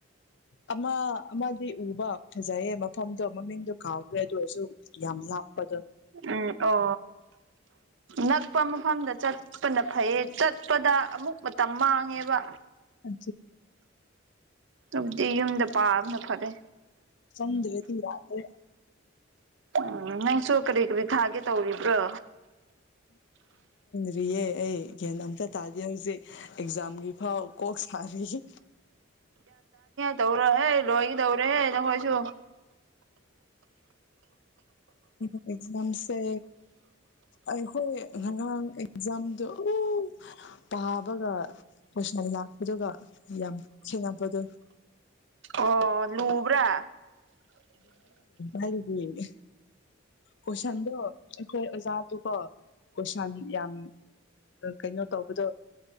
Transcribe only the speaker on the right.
ꯎꯝ ꯑꯣ ꯅꯛꯄ ꯃꯐꯝꯗ ꯆꯠꯄꯅ ꯐꯩꯌꯦ ꯆꯠꯄꯗ ꯑꯃꯨꯛ ꯃꯇꯝ ꯃꯥꯡꯉꯦꯕ
ꯑꯗꯨꯕꯨꯗꯤ ꯌꯨꯝꯗ ꯄꯥꯕꯅ ꯐꯔꯦ
ꯎꯝ ꯅꯪꯁꯨ ꯀꯔꯤ ꯀꯔꯤ ꯊꯥꯒꯦ ꯇꯧꯔꯤꯕ꯭ꯔꯣ
ꯇꯧꯔꯍꯦ ꯂꯣꯏꯒ ꯇꯧꯔꯦꯍꯦ ꯅꯪꯈꯣꯏꯁꯨ
ꯑꯣ ꯂꯕ꯭ꯔꯥ